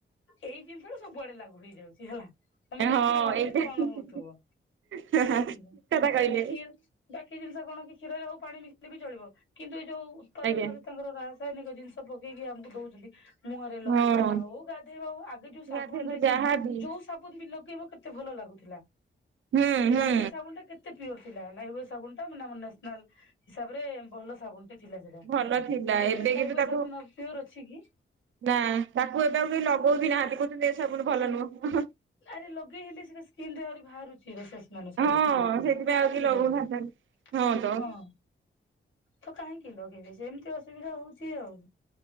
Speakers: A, on the left; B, on the right.
A: ଏଇ ଜିନିଷଟା ସବୁଆଡେ ଲାଗୁ ହେଇଯାଉଛି ହେଲା। ତମେ ସେଇଥିରେ
B: ହଁ
A: ଭାବଯେ
B: ଏଇଟା
A: କଣ
B: ଠିକ୍
A: ହଉଥିବ,
B: କଥା
A: <unintelligible>
B: କହିଲେ
A: ବାକି ଜିନିଷ କଣ କି କ୍ଷୀରରେ ହଉ ପାଣି ମିଶେଇଲେ ବି ଚଳିବ କିନ୍ତୁ ଏଇ ଯୋଉ ଉତ୍ପାଦନରେ
B: ଆଜ୍ଞା
A: ତାଙ୍କର ରା ରାସାୟନିକ ଜିନିଷ ପକେଇକି ଆମକୁ ଦଉଛନ୍ତି। ମୁହରେ ଲଗେଇବାଟା
B: ହଁ
A: ହଉ ଗାଧେଇବା ହଉ ଆଗେ ଯୋଉ ସାବୁନୁ
B: ଗାଧେଇବା
A: ରେ ଯୋଉ
B: ଯାହାବି
A: ଯୋଉ। ସାବୁନୁ ବି ଲଗେଇବ କେତେ ଭଲ ଲାଗୁଥିଲା
B: ହୁଁ ହୁଁ
A: ଲାଇବୋ ସାବୁନୁ ଟା କେତେ ତ ପିଓର ଥିଲା ଲାଇବୋ ସାବୁନ୍ ଟା ମାନେ ଆମ ନ୍ୟସନାଲ ହିସାବରେ ଭଲ ସାବୁନ୍ ଟେ। ଥିଲା ସେଟା
B: ଭଲ ଥିଲା
A: ଏବେ ଲାଇବୋସାବୁନ୍
B: କିନ୍ତୁ ତାକୁ
A: ଆଉ ପିଓର ଅଛି କି?
B: ନା ତାକୁ ଏବେ ଆଉ କେହି ଲଗଉ ବିି ନାହାନ୍ତି କହୁଛନ୍ତଏ ସାବୁନ ଭଲ ନୁହଁ।
A: ଆରେ ଲଗେଇ ହେଲେ ସିନା ସ୍କିିନ୍ ରୁ ଆହୁରି ବାହାରୁଚି ରସ। ମାନେ ସବୁ
B: ହଁ ସେଥିପାଇଁ
A: ତ
B: ଆଉ
A: କାହିଁକି
B: କେହି ଲଗଉନାହାନ୍ତି
A: ଲଗେଇବୁ
B: ତ
A: ହଁ। ତ କାହିଁକି ଲଗେଇବେ ସେମତି ଅସୁବିଧା ହୋଉଚି ଆଉ।